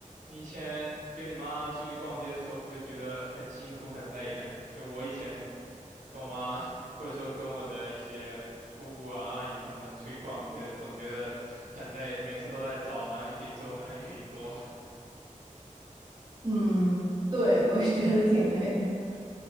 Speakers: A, on the right; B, on the right.
A: 你以前跟你妈出去逛街的时候，会不会觉得很辛苦很累呀？就我以前跟我妈，<laughs> 或者说跟我的一些姑姑啊、阿姨她们出去逛街，总觉得很累，每次都在找哪里可以坐，哪里可以坐。
B: 嗯，对，我也觉得挺累的。